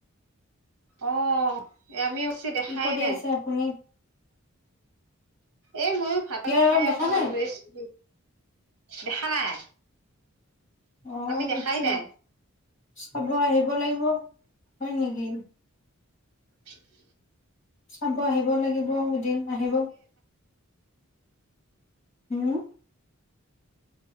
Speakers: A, on the right; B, on the left.
A: অ আমিও ছে দেখাই
B: কি কৰি
A: নাই।
B: আছে আপুনি?
A: এ মইয়ো ভাতক
B: বিয়াৰ এলবাম
A: খাই
B: দেখা
A: অকমান
B: নাই?
A: ৰেচ দিওঁ। দেখা নাই।
B: অ
A: আমি দেখাই
B: আচ্ছা
A: নাই
B: চাব আহিব লাগিব হয় নেকি?
A: <inaudible>
B: চাব আহিব লাগিব এদিন আহিব। হম।